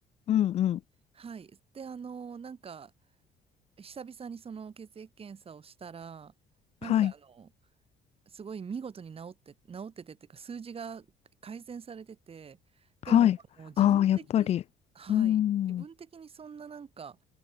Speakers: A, on the left; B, on the right.
A: うん、うん。
B: はい。で、あの、なんか、久々にその血液検査をしたら、なんかあの、
A: はい。
B: すごい見事に治って、治っててっていうか、数字が改善されてて、
A: はい。
B: でも、あの、自分的に、
A: ああ、やっぱり。
B: はい。
A: うん。
B: 自分的にそんななんか、